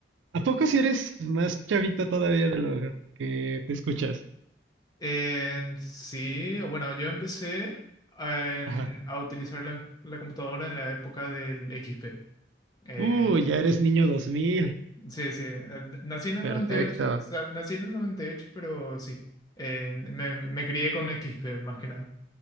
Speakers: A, on the right; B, on the left.
A: ¿A poco si eres más chavita todavía de lo que te escuchas?
B: En sí, o bueno, yo empecé a, en-
A: Ajá.
B: a utilizar la, la computadora en la época del XP. Eh,
A: Uh, ya eres niño 2000.
B: sí, sí, eh, nací en el
A: Perfecto.
B: 98, o sea, nací en el 98, pero sí, en- me, me crié con x XP más que nada.